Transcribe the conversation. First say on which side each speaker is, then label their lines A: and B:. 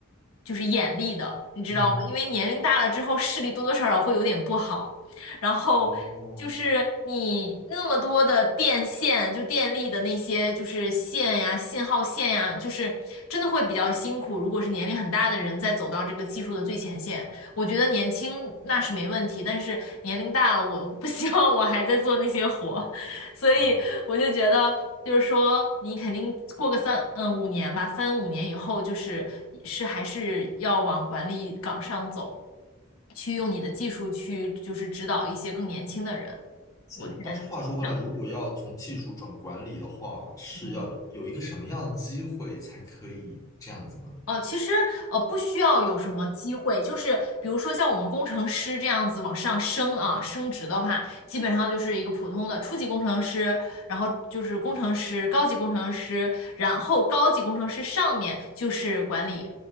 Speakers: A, on the left; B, on the left.
A: 就是眼力的，你知道吗？
B: 嗯，
A: 因为年龄大了之后，视力多多少少会有点不好，然后。
B: 哦，
A: 就是你那么多的电线，就电力的那些，就是线呀、信号线呀，就是真的会比较辛苦。如果是年龄很大的人在走到这个技术的最前线，我觉得年轻那是没问题，但是年龄大了，我不希望我还在做那些活，<laughs> 所以我就觉得，
B: 嗯，
A: 就是说你肯定过个三嗯五年吧，三五年以后，就是是还是要往管理岗上走，去用你的技术去就是指导一些更年轻的人。
B: 是，
A: 我现在就这么想，
B: 但是话说回来，如果要从技术转管理的话，是要有一个什么样的机会才可以这样子呢？
A: 嗯。哦，其实呃不需要有什么机会，就是比如说像我们工程师这样子往上升啊，升职的话，基本上就是一个普通的初级工程师，然后就是工程师、高级工程师，然后高级工程师上面就是管理，